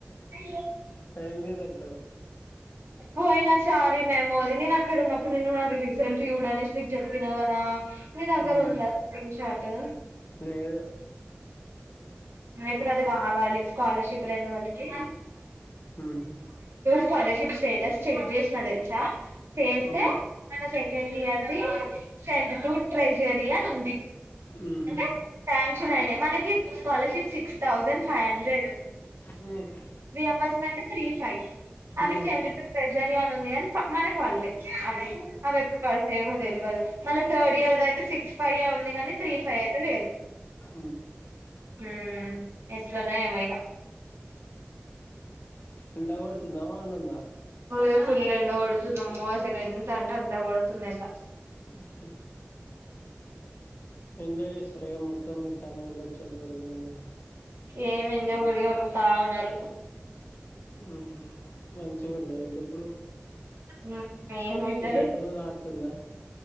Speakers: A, on the right; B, on the left.
A: అ
B: ఫైమిలీ జంత
A: ఓ అయినా సారీ మ్యామ్ అది నేన అక్కడ ఉన్నప్పుడు నేను నా రిజల్ట్ చూడు అనేసి నీక్ చెప్పినా కదా నీ దగ్గర
B: ఉమ్,
A: ఉందా స్క్రీన్ షార్టు
B: లేదు ఏ
A: ఇప్పుడు అది కావాలి స్కాలర్షిప్ రెన్యువల్ కి
B: ఉమ్,
A: స్కాలర్షిప్ స్టేటస్ చెక్ చేసిన తెలుసా చేస్తే
B: ఉమ్, ఉమ్,
A: మన సెకండ్ ఇయర్ది సెండ్ టూ ట్రెజరీ అని ఉంది
B: ఉమ్,
A: అంటే శాంక్షన్ అయినయ్ మనకి scholarship six thousand five hundred
B: హ్మ్
A: రియంబర్స్మెంట్ త్రీ ఫైవ్ అవి
B: ఉమ్,
A: సెండ్ ట్రెజరి అని ఉంది గని ప మనకు వళ్లే అవి అవి ఎప్పుడు పడు ఎమో తెల్వదు మళ్ళ థర్డ్ ఇయర్ అయితే సిక్స్ ఫైవ్ ఏ ఉంది గని త్రీ ఫైయేయితే లేదు
B: ఉమ్.
A: హ్మ్ ఎట్లనో ఏమె ఇగ
B: ఎండ కొడుతుందా వానుందా
A: ఓయో ఫుల్ ఎండ గోడుతుందమ్మోసలు ఎంత అంటే అంత కోడుతుంది ఎండ
B: ఉహు ఎంజాయ్ చేస్తుర్రా ఇగ మొత్తం మీ తమ్ముళ్లు చెల్లెల్లు నువు
A: ఏమ్ ఎంజాయ్ ఒకటె ఒర్రుతా ఉన్నరు
B: హ్మ్ హు మంచిగుందా ఇల్లు ఇప్పుడు
A: హ్మ్ ఏముంటది
B: కల తలలు ఆడుతుందా